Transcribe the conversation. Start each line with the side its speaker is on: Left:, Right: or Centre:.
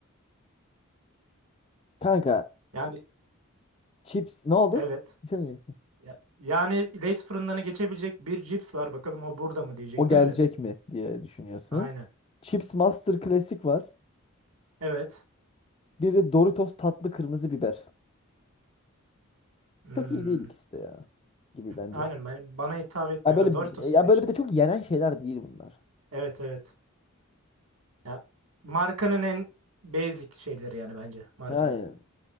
Left: Kanka
Right: Yani
Left: chips. ne oldu?
Right: evet.
Left: Şimdi
Right: Ya- Yani Lay's fırındanı geçebilecek bir cips var. Bakalım o burada mı diyecektim
Left: O gelecek
Right: de.
Left: mi diye düşünüyorsun.
Right: Aynen.
Left: Chips Master Klasik var.
Right: Evet.
Left: Bir de Doritos tatlı kırmızı biber.
Right: Hmm.
Left: Çok iyi değil ikisi de ya gibi bence.
Right: Aynen ben, bana hitap etmiyor
Left: Ya böyle
Right: da Doritos seçin.
Left: ya böyle bir de çok yenen şeyler değil bunlar.
Right: Evet evet. Ya, markanın en basic şeyleri yani bence markaları.
Left: Yani